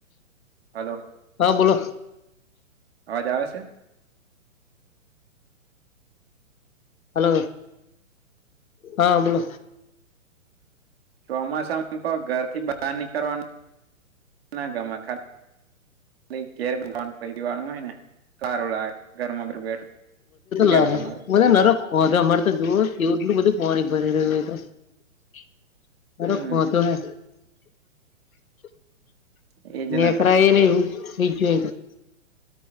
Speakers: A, on the right; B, on the left.
A: હલો
B: હા બોલો
A: અવાજ આવે છે
B: હલો હા બોલો
A: ચોમાસામાં તો ઘર થી બહાર નીકળવાનું ના ગમે ખા એટલે ઘેર ભગવાન પરિવારમાં હોય ને સારું લાગે ઘર માં કોઈ બેઠું શું કેવું
B: લા
A: તમારું?
B: મને નરક હ તો અમારે તો જો એટલું બધું પોણી ભરે રહ્યું હો તો <unintelligible>
A: હમ
B: <unintelligible>
A: એજ નતા